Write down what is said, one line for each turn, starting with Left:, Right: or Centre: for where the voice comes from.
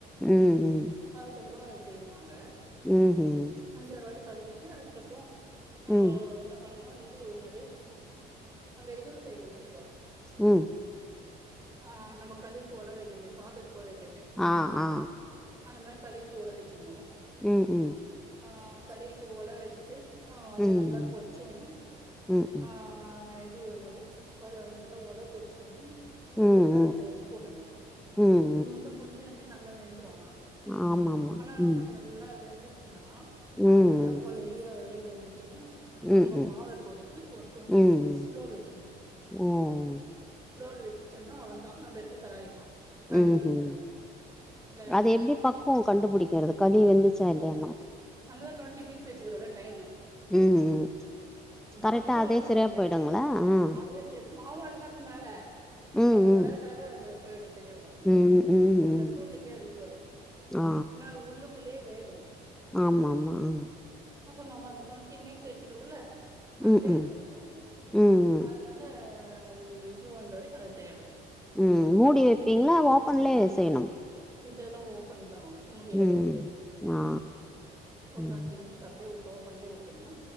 Centre: ம் ம்
Right: அதுக்கப்புறோ அதுல செய்வு நாங்க
Centre: ம் ஹும்
Right: அஞ்சாறு வாட்டி கழுவிட்டு அதுக்கப்றோ நம்போ
Centre: ம்
Right: என்ன பண்ணூ இது என்னது அந்த இது செய்வோல நம்ப
Centre: ம்
Right: ஆ நம்ம களிக்கு ஒழ வைக்குமே சாதத்துக்கு ஒழ வைக்குமே
Centre: ஆ ஆ ஆ
Right: அந்த மாரி களிக்கு ஒல வச்சிர்ணு
Centre: ம் ம்
Right: ஆ களிக்கு ஓல வச்ட்டு ஆ அது
Centre: ம்
Right: நல்லா கொச் ஒனே
Centre: ம் ம்
Right: ஆ ஆ இது என்னது களு நல்லா ஒல கொச்சோட்னே
Centre: ம்
Right: இந்த சிற்தானியத்த
Centre: ம்
Right: எட்த்து போட்ர்னு
Centre: ம்
Right: இது வந்து கொஞ்சோ நேர்த்துலே நல்லா வெந்துரு ஆனா
Centre: ஆமா ஆமா
Right: ஆனா
Centre: ம்
Right: கொஞ்ச நல்லா வெந்துச்சுனா
Centre: ம்.
Right: அது நல்ல கொலைறவரே வெந்துச்சுனா
Centre: ம்ஹ்ம்.
Right: நம்ம மாவ போட்டு ஒரு டொண்ட்டி
Centre: ம்.
Right: மினிட்ஸ்
Centre: ம்.
Right: ஸ்லோல வச்சிர்ணு
Centre: ஓ!
Right: ஸ்லோல வச்சுட்சோம்னா அவுள்தா நம்ம எடுத்து கெளறிக்கலா கெளறது
Centre: ம் ஹும்
Right: ஈஸி தா இந்த
Centre: அது எப்டி பக் குவோ கண்டுபுடிக்கிறது களி வெந்துர்ச்சா இல்லையாணு
Right: அதா டொண்ட்டி மினிட்ஸ் வச்சுக்கிறோல டைமு
Centre: ம், ம். கரெக்ட்டா
Right: பக்குவோல
Centre: அதே
Right: பாக்கறதுல
Centre: சரியா போயிடுங்களா? ஆ.
Right: அதுவே சேரி மாவாட்டுதா இர்க்கு மேல நம்ம
Centre: ம்,
Right: அது
Centre: ம்.
Right: கலர் கலரா அது போய்டு சரியாபுரு
Centre: ம், ம்,
Right: அந்த
Centre: ம்.
Right: சூட்டுக்கே அது இது வாய்டு
Centre: ஆ
Right: ஏன்னா அது உள்ளுக்குள்ளேயே வேகு
Centre: ஆமா ஆமா ஆ
Right: அப்போ நம்ம அந்த டுவெண்டி மினிட்ஸ் வச்சுக்கிறோம்ல அதுலயே
Centre: ம்ஹ்ம்.
Right: வெந்துடு
Centre: ம், ம்.
Right: அதனால நல்ல அது இது பண்ற வரைக்கு அது சரியாப்போய்டு
Centre: ம் மூடி வெப்பீங்ளா அத ஓபன்லயே செய்யனு
Right: இதெல்லா ஓப்பன் தா மேம் மூடியில
Centre: ம்.
Right: வெக்க முடியாது
Centre: ஆ.
Right: ம் ஒரு
Centre: ம்.
Right: ட்வென்டி மினிட்ஸ் அப்டே ஓபன் விட்டமுனா